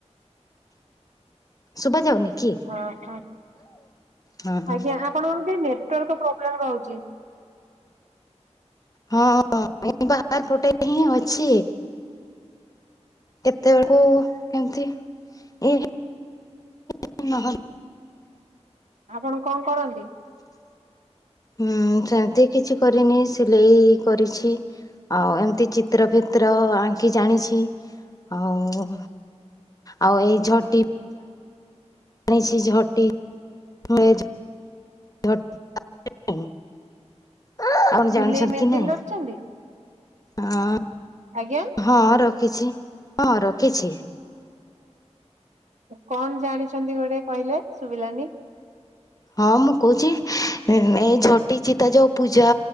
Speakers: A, on the left (about 30°); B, on the right (about 85°).
A: ଶୁଭା ଯାଉନି। କି?
B: ଓହୋ।
A: ହଁ ହଁ
B: ଆଜ୍ଞା ଆପଣଙ୍କର ଟିକେ ନେଟୱାର୍କ୍ ପ୍ରୋବ୍ଲେମ୍ ରହୁଚି।
A: ହଁ ମୁ ବାହାର ପଟେ ହିଁ ଅଛି। କେତେବେଳକୁ କେମିତି ଏ <unintelligible>
B: ଆପଣ କଣ କରନ୍ତି?
A: ହୁଁ ସେମିତି କିଛି କରିନି, ସିଲେଇ କରିଛି। ଆଉ ଏମତି ଚିତ୍ର ଫିତ୍ର ଆଙ୍କି ଜାଣିଛି। ଆଉ ଆଉ ଏଇ ଝଟି ଜଣିଛି ଝଟି <unintelligible> ଝୋ- <unintelligible> ଆପଣ
B: ସିଲେଇ
A: ଜାଣିଛନ୍ତି
B: ମେସିନ
A: କି ନାଇଁ।
B: ରଖିଛନ୍ତି
A: ଅଁ।
B: ଆଜ୍ଞା।
A: ହଁ ରଖିଛି। ହଁ ରଖିଛି।
B: କଣ ଜାଣିଛନ୍ତି ଗୋଟେ କହିଲେ? ଶୁଭିଲାନି।
A: ହଁ ମୁଁ କହୁଛି। ଏଇ ଝଟିଚିତା ଯୋଉ ପୂଜା